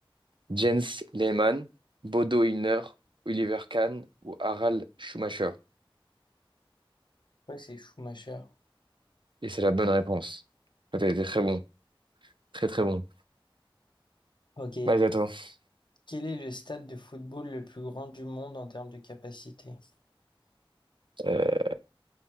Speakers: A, on the right; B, on the left.
A: Jens Lehmann, Bodo Illner, Oliver Kahn ou Harald Schumacher?
B: Je crois que c'est Schumacher.
A: Et c'est la bonne réponse. Ouais, T'as été très bon. Très très bon.
B: Ok.
A: Vas-y, attends.
B: Quel est le stade de football le plus grand du monde en termes de capacité?
A: Euh,